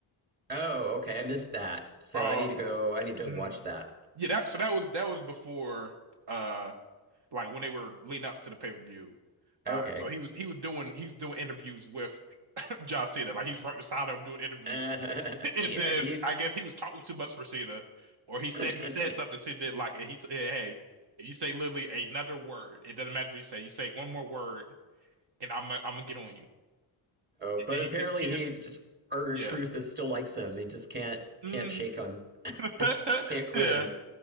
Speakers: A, on the right (about 20°); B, on the right (about 55°).
A: Oh, okay, I missed that. So
B: Oh
A: I need
B: yeah.
A: to go I need to
B: Mhm.
A: watch that.
B: Yeah, that so that was that was before uh like when they were leading up to the pay-per-view. Uh
A: Okay.
B: so he was he was doing he's doing interviews with <laughs> John Cena. Like he's right beside him doing interviews.
A: Uh, <laughs>
B: And
A: yeah,
B: then
A: he's.
B: I guess he was talking too much for Cena, or
A: <laughs>
B: he said he said something Cena didn't like, and he said, "Hey, if you say literally another word, it doesn't matter what you say. You say one more word, and I'm i I'm gonna get on you."
A: Oh, but
B: And he
A: apparently
B: just he just
A: he just Urger
B: yeah
A: Truth is still likes him. He just can't
B: mm.
A: can't shake him.
B: <laughs>
A: Can't quit
B: yeah.
A: him.